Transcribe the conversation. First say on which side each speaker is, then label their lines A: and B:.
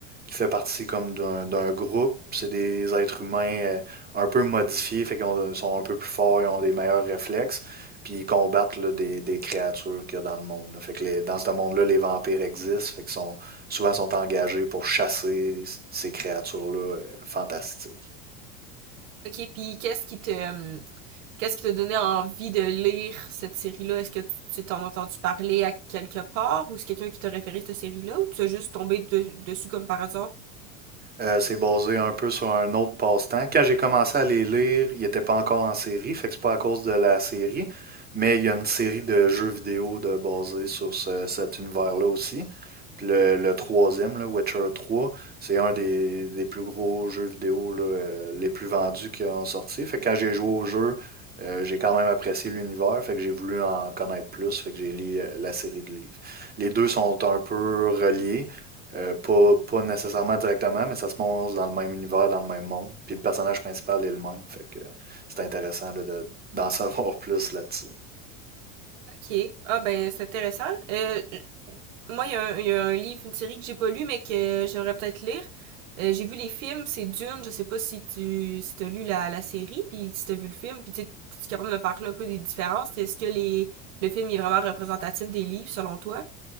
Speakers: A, on the right; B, on the right.
A: qui fait partie comme d'un d'un groupe. C'est des êtres humains euh, un peu modifiés, fait qu'ils ont- sont un peu plus forts, ils ont des meilleurs réflexes, puis ils combattent là, des, des créatures qu'il y a dans le monde. là. Fait que les- dans ce monde-là, les vampires existent, fait qu'ils sont souvent sont engagés pour chasser c- ces créatures-là euh, fantastiques.
B: Ok, puis qu'est-ce qui te euh, qu'est-ce qui t'a donné envie de lire cette série-là? Est-ce que tu tu t'en as entendu parler à quelque part ou c'est quelqu'un qui t'a référé cette série-là ou tu as juste tombé de- dessus comme par hasard?
A: Euh, c'est basé un peu sur un autre passe-temps. Quand j'ai commencé à les lire, ils n'étaient pas encore en série, fait que c'est pas à cause de la série, mais il y a une série de jeux vidéo de, basés sur ce- cet univers-là aussi. Puis le, le troisième, là, Witcher 3, c'est un des, des plus gros jeux vidéo là, euh, les plus vendus qui ont sorti. Fait que quand j'ai joué au jeu, euh, j'ai quand même apprécié l'univers, fait que j'ai voulu en connaître plus, fait que j'ai lu euh, la série de livres. Les deux sont un peu reliés. Euh, pas, pas nécessairement directement, mais ça se passe dans le même univers, dans le même monde. Puis le personnage principal est le même. Fait que c'est intéressant de, de- d'en <laughs> savoir plus là-dessus.
B: Ok, ah ben c'est intéressant. Euh, moi, il y, a un- il y a un livre, une série que j'ai pas lu, mais que j'aimerais peut-être lire. Euh, j'ai vu les films, c'est Dune. Je sais pas si tu si t'as lu la, la série, puis si t'as vu le film, puis tu tu es capable de me parler un peu des différences. Est-ce que les le film est vraiment représentatif des livres selon toi?